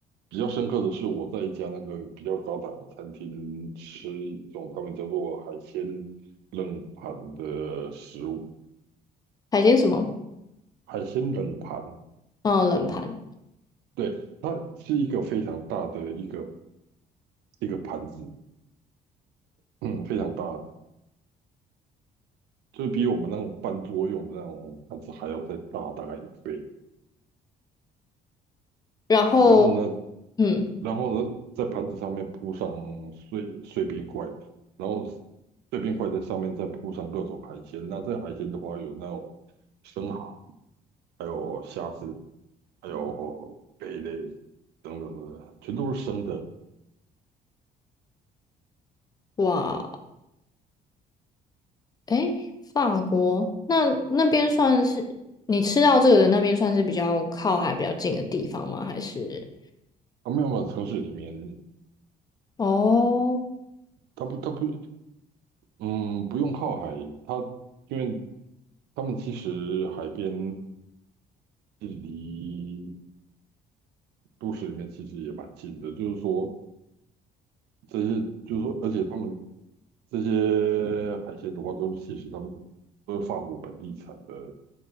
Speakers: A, on the right; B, on the left.
A: 比较深刻的是，我在一家那个比较高档的餐厅吃一种他们叫做海鲜冷盘的食物。
B: 海鲜什么？
A: 海鲜冷盘，
B: 嗯，冷盘。
A: 对，它是一个非常大的一个一个盘子，嗯，非常大，就是比我们那种半桌用的那种盘子还要再大大概一倍。
B: 然后，
A: 然后呢，
B: 嗯，
A: 然后呢，在盘子上面铺上碎碎冰块，然后碎冰块在上面再铺上各种海鲜。那这个海鲜的话，有那种。生蚝。还有虾子，还有贝类等等的，全都是生的。
B: 哇，诶，法国那那边算是你吃到这个的那边算是比较靠海比较近的地方吗？还是？
A: 阿办法城市里面，
B: 哦
A: 它不，它不，嗯，不用靠海，它因为他们其实海边距离都市里面其实也蛮近的，就是说这些，就是说，而且他们这些海鲜的话，都是其实他们都是法国本地产的，